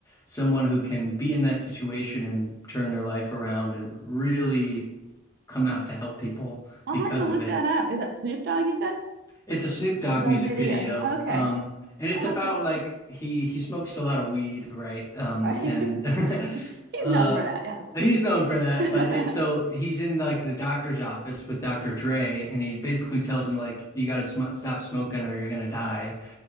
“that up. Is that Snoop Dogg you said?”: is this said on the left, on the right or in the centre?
Right